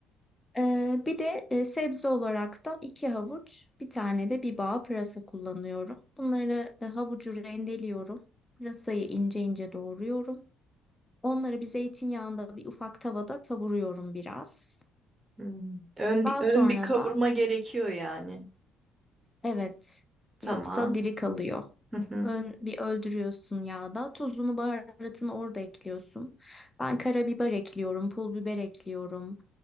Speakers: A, on the left; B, on the right.
A: Ee, bir de e, sebze olarak da iki havuç, bir tane de bir bağ pırasa kullanıyorum. Bunları e, havucu rendeliyorum. Pırasayı ince ince doğruyorum. Onları bir zeytinyağında bir ufak tavada kavuruyorum biraz.
B: hmm, ön
A: Daha
B: bir ön
A: sonra
B: bir kavurma
A: da
B: gerekiyor yani.
A: evet
B: Tamam.
A: yoksa diri kalıyor.
B: Hı hı.
A: Ön, bir öldürüyorsun yağda. Tuzunu, baharatını orada ekliyorsun. Ben karabiber ekliyorum, pul biber ekliyorum.